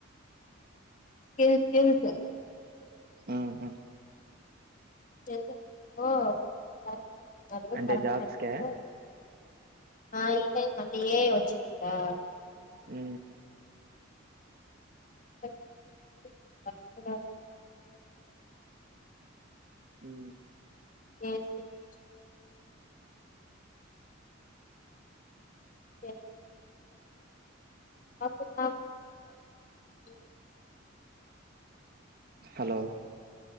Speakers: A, on the left; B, on the right.
A: స్కిల్ స్కిల్స్
B: ఉ హు
A: <unintelligible>
B: అంటే
A: కరెక్ట్
B: జాబ్స్క
A: టైం లో ఆ ఈ టైం అంటే ఏ ఐ వచ్చింది గదా
B: ఉ
A: <unintelligible>
B: హు
A: ఏ <unintelligible> ఏం అప్పు బాగు <unintelligible>
B: హలో